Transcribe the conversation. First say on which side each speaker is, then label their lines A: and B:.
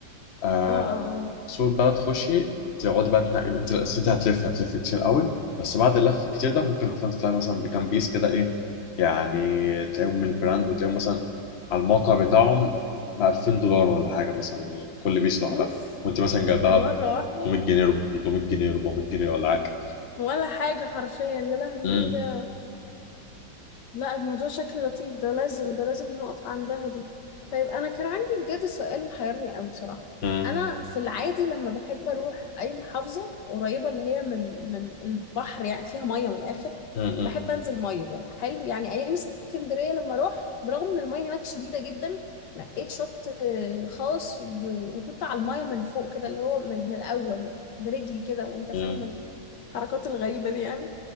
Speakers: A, on the left; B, on the left.
A: آه
B: اه اه اه
A: سوق البلا تخشي تقعدي بقى تنقي أنت أصل أنت هتلف هتلف كتير قوي بس بعد اللف الكتير ده ممكن حرفيا تلاقي مثلا بكام بيس كده إيه يعني تلاقيهم من البراند وتلاقيهم مثلا على الموقع بتاعهم ب 2000 دولار ولا حاجة مثلا كل بيس لوحدها
B: اوف
A: وأنت مثلا جايبها
B: مرة واحدة
A: 500 جنيه 300 جنيه 400 جنيه ولا حاجه
B: ولا حاجة حرفيا يا لهوي
A: امم
B: ايه ده لا الموضوع شكله لطيف ده لازم ده لازم نقف عندها دي طيب انا كان عندي بجد سؤال محيرني قوي بصراحه
A: امم
B: انا في العادي لما بحب اروح اي محافظه قريبه اللي هي من من البحر يعني فيها ميه من الاخر
A: امم
B: بحب انزل ميه حلو يعني ايام اسكندريه لما رحت برغم ان الميه هناك شديده جدا نقيت شط آه، خاص و- وكنت على الميه من فوق كده اللي هو من من الاول يعني برجلي كده وانت
A: امم
B: فاهم الحركات الغريبه دي يعني